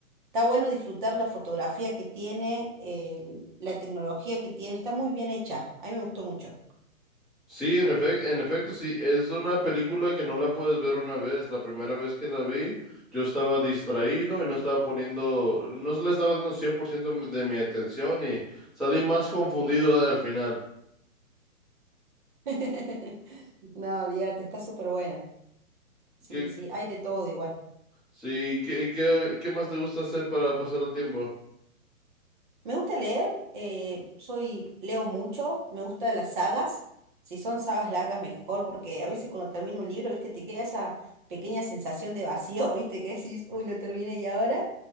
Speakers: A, on the right; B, in the centre.
A: Está bueno disfrutar la fotografía que tiene, el- la tecnología que tiene, está muy bien hecha. A mí me gustó mucho.
B: Sí, en efecto, en efecto, sí, es una película que no la puedes ver una vez. La primera vez que la vi, yo estaba distraído y no estaba poniendo, no se le estaba dando 100% de mi atención y salí más confundido al final.
A: <laughs> No, olvídate, está súper buena. Sí,
B: ¿Qué,
A: sí, hay de todo igual.
B: sí, qué, qué, qué más te gusta hacer para pasar el tiempo?
A: Me gusta leer, eh, soy, leo mucho, me gustan las sagas. Si son sagas largas, mejor, porque a veces cuando termino un libro, viste, te queda esa pequeña sensación de vacío, <laughs> viste, que decís, uy, lo terminé y ahora.